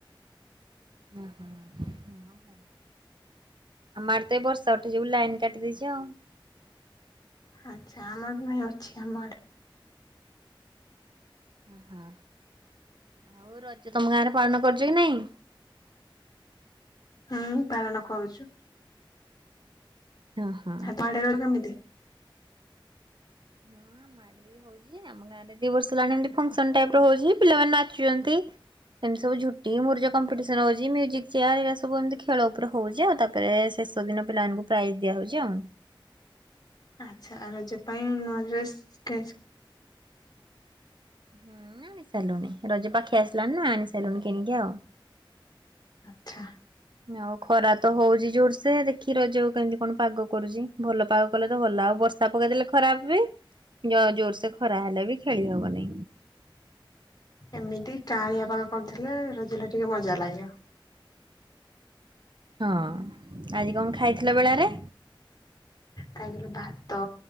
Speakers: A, on the right; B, on the left.
A: ଓ ହଁ <inaudible> ଆମର ତ ଏଇ ବର୍ଷା ଉଠେଇଛି ବୁଲି ଲାଇନ କାଟି ଦେଇଛି ଅ,।
B: ଆଚ୍ଛା ଆମର ନାଇଁ ଅଛି ଆମ ଆଡ଼େ।
A: ହଁ ଆଉ ରଜ ତୋମ ଗାଁରେ ପାଳନ କରୁଚ କି ନାଇଁ?
B: ହୁଁ, ପାଳନ କରୁଚୁ।
A: ହଁ, ହଁ।
B: ସେପଟେ ତୋମର କେମିତି?
A: ହଁ ଆମ ଆଡ଼େ ବି ହଉଛି। ଯେ ଆମ ଗାଁରେ ଦି ବର୍ଷ ହେଲାଣି ଏମତି ଫଂକ୍ସନ ଟାଇପ୍ ର ହଉଛି ପିଲାମାନେ ନାଚୁଚନ୍ତି। ଏମିତି ସବୁ ଝୁଟି ମୁରୁଜ କମ୍ପିଟିସନ୍ ହଉଛି, ମ୍ୟୁଜିକ୍ ଚେୟାର୍ ଏଇରା ସବୁ ଏମିତି ଖେଳ ଉପରେ ହଉଛି। ଆଉ ତାପରେ ଶେଷ ତ ଦିନ ପିଲାମାନଙ୍କୁ ପ୍ରାଇଜ୍ ଦିଆହଉଛି ଆଉ।
B: ଆଚ୍ଛା ଆଉ ରଜ ପାଇଁ ନୂଆ ଡ୍ରେସ୍ <unintelligible>
A: ହୁଁ, ଆଣି ସାରିଲୁଣି ରଜ ପାଖେଇ ଆସିଲାଣି ନା ଆଣି ସାରିଲୁଣି କିଣିକି ଆଉ।
B: ଆଚ୍ଛା।
A: ଆଉ ଖରା ତ ହଉଚି ଜୋରସେ ଦେଖି ରଜକୁ କେମିତି କଣ ପାଗ କରୁଚି। ଭଲ ପାଗ କଲେ ତ ଭଲ, ଆଉ ବର୍ଷ ଷା ପକେଇଦେଲେ ଖରାପ ବି, ଜ-ଜୋରସେ ଖରା ହେଲେ ବି ଖେଳି ହବନି।
B: ଏମିତି କାଆଁଳିଆ ପାଗ କରଥିଲେ ରଜଟା ଟିକେ ମଜା ଲାଗିବ।
A: ହଁ, ଆଜି କଣ ଖାଇଥିଲ ବେଳାରେ?
B: ଖାଇଥିଲୁ ଭାତ,